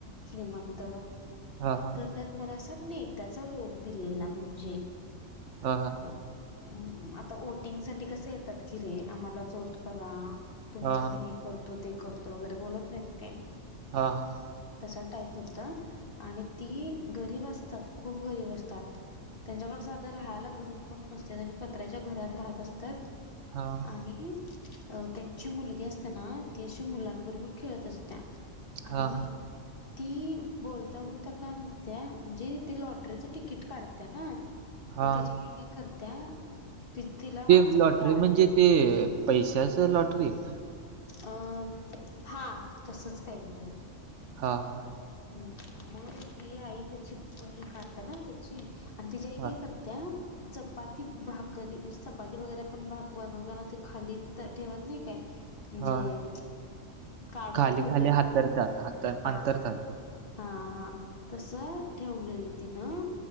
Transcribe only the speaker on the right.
हा हा
ह हा.
हा हा
हा हा.
हा.
हा
हा
ते
लॉटरी म्हणजे
ते पैशाच लॉटरी हाय का?
हा हा.
हा
हा
खाली
खाली हातरतात
हात
अंतरतात ते